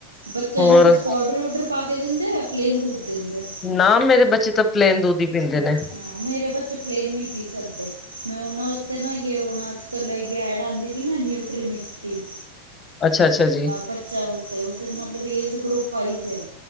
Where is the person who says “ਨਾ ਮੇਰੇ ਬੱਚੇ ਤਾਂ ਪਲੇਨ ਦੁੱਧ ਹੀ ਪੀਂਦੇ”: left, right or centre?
Left